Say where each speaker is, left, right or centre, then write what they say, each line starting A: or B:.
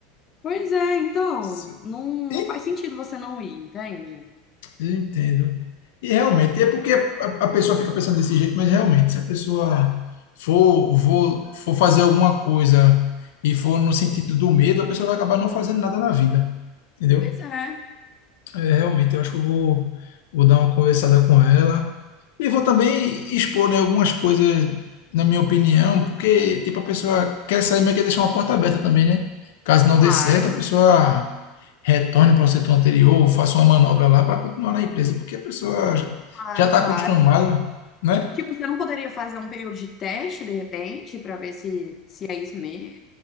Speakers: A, on the left; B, on the left.
A: Pois é, então,
B: Se-
A: não,
B: E-
A: não faz sentido você não ir, entende?
B: Eu entendo. E realmente, é porque a, a pessoa fica pensando desse jeito, mas realmente, se a pessoa for, for, for fazer alguma coisa e for no sentido do medo, a pessoa vai acabar não fazendo nada na vida. Entendeu?
A: Pois é.
B: É, realmente, eu acho que eu vou, vou dar uma conversada com ela e vou também expor, né, algumas coisas, na minha opinião, porque, tipo, a pessoa quer sair, mas quer deixar uma porta aberta também, né? Caso não
A: Claro,
B: dê certo, a pessoa retorne para o setor anterior, faça uma manobra lá para continuar na empresa, porque a pessoa
A: claro,
B: já está
A: claro.
B: acostumada, né?
A: Tipo, você não poderia fazer um período de teste, de repente, para ver se, se é isso mesmo?